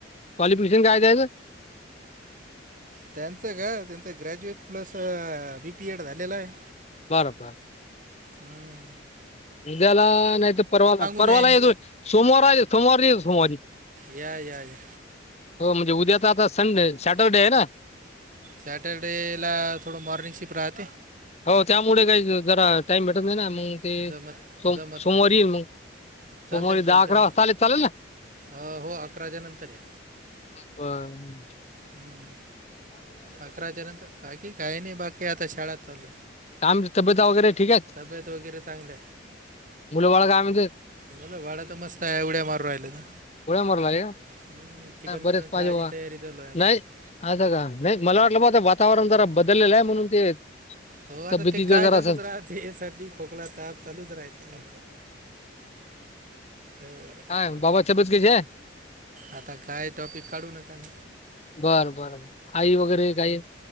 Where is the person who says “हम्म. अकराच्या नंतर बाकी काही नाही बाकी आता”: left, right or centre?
Right